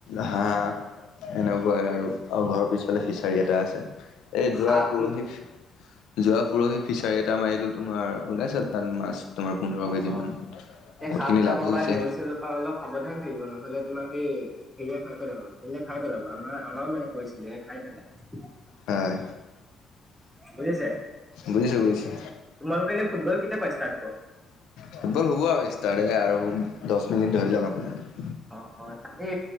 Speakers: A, on the left; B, in the centre.
A: ঘাঁহ এনেকোৱাই আৰু অ ঘৰৰ পিছফালে ফিচাৰী এটা আছে এই যোৱা
B: সাপ
A: পৰহি যোৱা পৰহি ফিচাৰী এটা মাৰিলো তোমাৰ ওলাইছে তাত মাছ তোমাৰ পোন্ধৰ
B: অ',
A: কেজি
B: অ',
A: মান
B: এই
A: বহুত
B: সাপ
A: খিনি
B: চাপৰ
A: লাভো
B: বা
A: হৈছে
B: নেওল চেওলৰ পৰা অলপ সাৱধান থাকিব নহলে তোমাৰ সেই সেয়ে খাই পেলাব এনে খাই পেলাব আমাৰ আমাৰো মানে কৰিছিলে খাই পেলাই।
A: হয়,
B: বহি আছে।
A: বুজিছো বুজিছো।
B: তোমালোকৰ এনে ফুটবল কেতিয়াৰ পৰা ষ্টাৰ্ট হ'ব
A: ফুটবল হব আৰু ষ্টাৰ্ট আৰু দহ মিনিট ধৰি লওক আপোনাৰ
B: অ অ তাতে